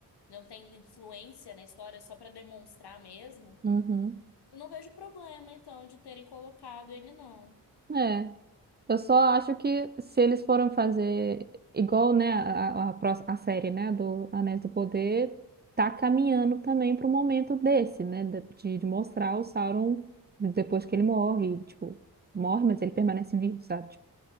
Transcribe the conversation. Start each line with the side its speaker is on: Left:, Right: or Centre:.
Left: não tem influência na história, é só pra demonstrar mesmo.
Right: Uhum.
Left: Eu não vejo problema, então, de terem colocado ele, não.
Right: É. Eu só acho que se eles foram fazer igual, né, a, a, a pró- a série, né, do Anéis do Poder, tá caminhando também para o momento desse, né, de, de mostrar o Sauron depois que ele morre, tipo, morre, mas ele permanece vivo, sabe? Tipo,